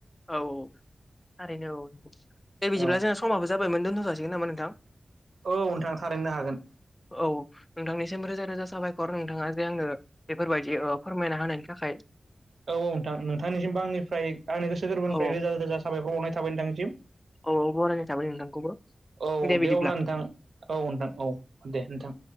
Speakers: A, on the left; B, on the right.
A: औ औ थारैनो औ दे बिदिब्ला
B: औ
A: जोंना समाबो जाबायमोन दोनथ' जासिगोन नामा नोंथां।
B: औ नोंथां थारैनो हागोन।
A: औ नोंथांनिसिम रोजा रोजा साबायखर नोंथाङा जे आंनो बेफोरबायदि ओ फोरमायना होनायनि थाखाय
B: औ औ नोंथां नोंथांनिसिमबो आंनिफ्राय आंनि गोसोरबोनिफ्राय
A: औ औ
B: रोजा रोजा साबायखरनाय थाबाय नोंथांनिसिम।
A: औ औ बरायनाय थाबाय नोंथांखौबो
B: औ
A: दे बिदिब्ला।
B: अब्ला नोंथां औ नोंथां औ दे नोंथां।